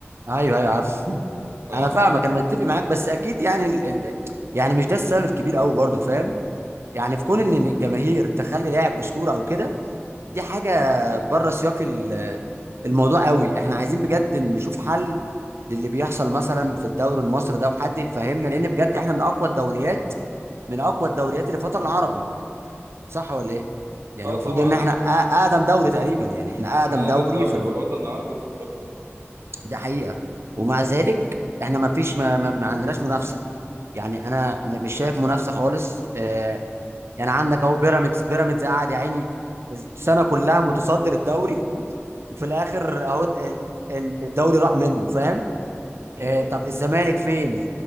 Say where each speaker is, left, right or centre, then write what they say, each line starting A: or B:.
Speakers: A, on the right; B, on the right.
A: ايوه ايوه عارف <laughs>
B: اه
A: انا فاهمك انا متفق معاك بس اكيد يعني ال... ال... يعني مش ده السبب الكبير قوي برضه فاهم يعني في كون ان الجماهير تخلي لاعب اسطورة او كده دي حاجة بره سياق ال... الموضوع قوي احنا عايزين بجد نشوف حل للي بيحصل مثلا في الدوري المصري ده وحد يفهمنا لان بجد احنا من اقوى الدوريات من اقوى الدوريات اللي في الوطن العربي صح ولا ايه يعني
B: اه
A: المفروض
B: طبعا
A: ان احنا أ- اقدم دوري تقريبا يعني احنا
B: احنا
A: اقدم دوري
B: اقدم دوري
A: في الوقت
B: في الوطن العربي وفي افريقيا
A: ده حقيقه ومع ذلك احنا ما فيش ما, ما, ما عندناش منافسه يعني انا م- مش شايف منافسه خالص آه يعني عندك اهو بيراميدز بيراميدز قاعد يا عيني السنه كلها متصدر الدوري <laughs> وفي الاخر اهو ال- ال- الدوري راح منه فاهم
B: مم.
A: آه طب الزمالك فين